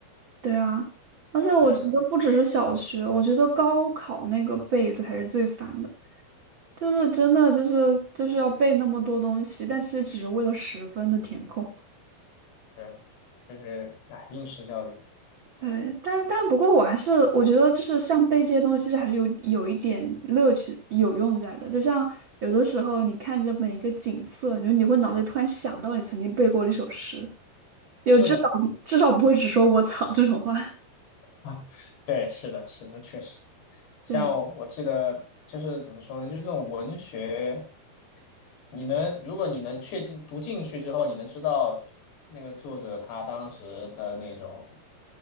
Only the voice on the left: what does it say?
对的，
对的，就是哎应试教育，
是的啊，对，是的，是的，确实。
像我记得就是怎么说呢，
就是这种文学，你能如果你能确定读进去之后，你能知道那个作者他当时的那种，